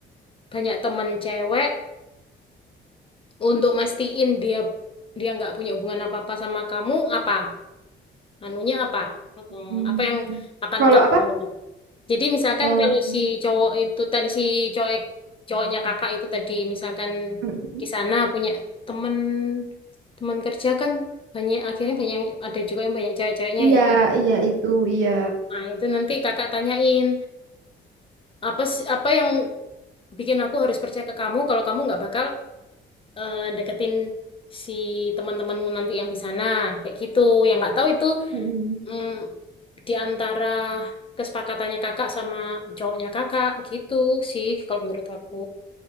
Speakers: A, on the left; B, on the right.
A: banyak temen cewek untuk mastiin dia dia nggak punya hubungan apa-apa sama kamu apa? Anunya apa? Hmm,
B: Mm.
A: apa yang akan
B: Kalau
A: kamu?
B: apa?
A: Jadi misalkan
B: Oh,
A: kalau si cowok itu tadi si cowok cowoknya kakak itu tadi misalkan
B: mm.
A: di sana punya temen teman kerja kan banyak akhirnya banyak ada juga yang banyak cewek-ceweknya
B: Iya,
A: ya.
B: iya itu, iya.
A: Nah itu nanti kakak tanyain apa sih- apa yang bikin aku harus percaya ke kamu kalau kamu nggak bakal eh, deketin si teman-temanmu nanti yang di sana kayak gitu. Yang nggak tahu itu
B: Mm-mm.
A: mm, di antara kesepakatannya kakak sama cowoknya kakak gitu sih kalau menurut aku.